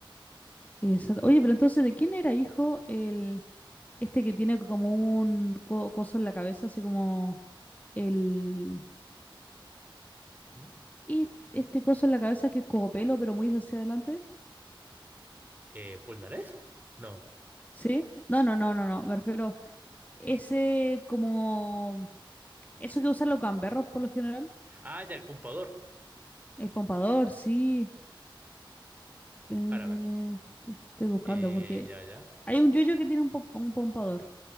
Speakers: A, on the left; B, on the right.
A: Exacto. Oye, pero entonces, ¿de quién era hijo el este que tiene como un co- coso en la cabeza, así como el
B: ¿Mm?
A: y este coso en la cabeza que es cogopelo, pero muy hacia adelante?
B: Eh, ¿Polnareff? No.
A: ¿Sí? No, no, no, no, no. Me refiero ese como eso que usan los gamberros por lo general,
B: Ah, ya, el pompador.
A: el pompador, sí. Eh,
B: Para, para.
A: est- estoy buscando
B: Eh,
A: porque
B: ya, ya.
A: hay un yoyo que tiene un, pom- un pompador.